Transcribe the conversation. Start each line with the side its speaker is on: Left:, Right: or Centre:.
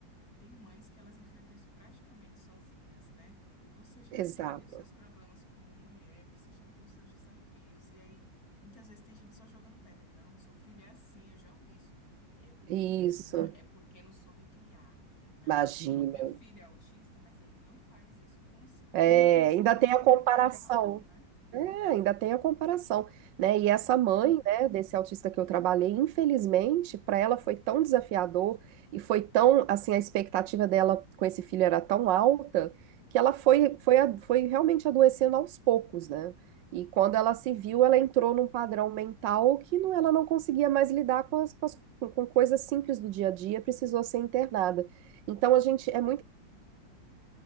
Left: Tem mães que elas enfrentam isso praticamente sozinhas, né? E você já
Right: Exato.
Left: tem ali os seus problemas como mulher, você já tem os seus desafios. E aí, muitas vezes tem gente só jogando pedra. Não, seu filho é assim, eu já ouvi isso. É porque
Right: Isso,
Left: é birra, é porque não soube criar. Não,
Right: imagina.
Left: mas porque o meu filho é autista, mas ele não faz isso. Como se
Right: É,
Left: todos fossem
Right: ainda
Left: iguais,
Right: tem
Left: que
Right: a
Left: é aquilo
Right: comparação.
Left: que a gente falou, né?
Right: É, ainda tem a comparação, né? E
Left: Uhum.
Right: essa mãe, né, desse autista que eu trabalhei, infelizmente, para ela foi tão desafiador e foi tão, assim, a expectativa dela com esse filho era tão alta que ela foi, foi, a- foi realmente adoecendo aos poucos, né? E quando ela se viu, ela entrou num padrão mental que não, ela não conseguia mais lidar com as, com as- com coisas simples do dia a dia, precisou ser internada. Então, a gente, é muito